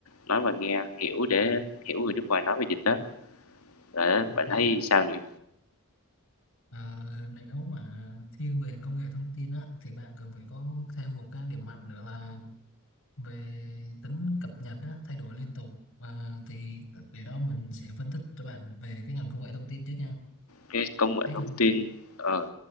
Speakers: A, on the left; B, on the left.
A: nói và nghe hiểu để hiểu người nước ngoài nói về dịch đó để
B: ok
A: bạn thấy sao nhỉ
B: à, nếu mà thiên về công nghệ thông tin á thì bạn cần phải có thêm một cái điểm mạnh nữa là về tính cập nhật á, thay đổi liên tục và thì để đó mình sẽ phân tích cho bạn về cái ngành công nghệ thông tin trước nha
A: cái công nghệ
B: cái
A: thông
B: ngành
A: tin ờ,